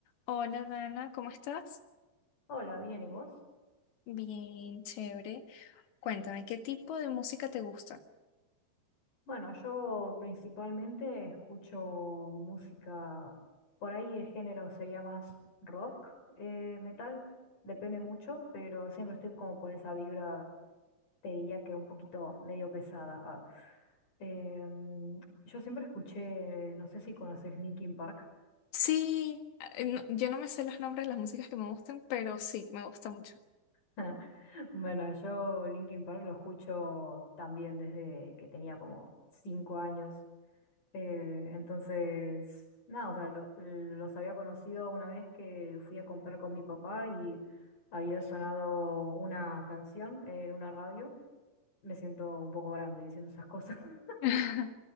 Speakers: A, on the left (about 80°); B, on the left (about 45°).
A: Hola Dana, ¿cómo estás?
B: Hola, bien, ¿y vos?
A: Bien, chévere. Cuéntame, ¿qué tipo de música te gusta?
B: Bueno, yo principalmente escucho música, por ahí el género sería más rock, eh, metal, depende mucho, pero siempre estoy como por esa vibra, te diría que un poquito medio pesada. ah. Em, yo siempre escuché, no sé si conoces Linkin Park.
A: Sí, eh, no- yo no me sé los nombres de las músicas que me gustan, pero sí, me gusta mucho.
B: <laughs> Bueno, yo Linkin Park lo escucho también desde que tenía como cinco años. Eh, entonces, nada, o sea, lo- los había conocido una vez que fui a comprar con mi papá y había sonado una canción en una radio. Me siento un poco grande diciendo esas cosas, <laughs>
A: <laughs>